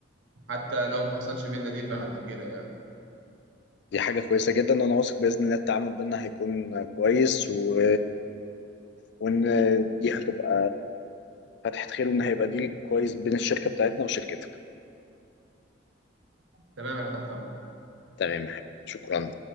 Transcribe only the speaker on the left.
دي حاجة كويسة جدا وأنا واثق بإذن الله التعامل بينا هيكون كويس و وان دي هتبقى فتحة خير وان هيبقى ديل كويس بين الشركة بتاعتنا وشركتك
تمام يا حبيبي شكرا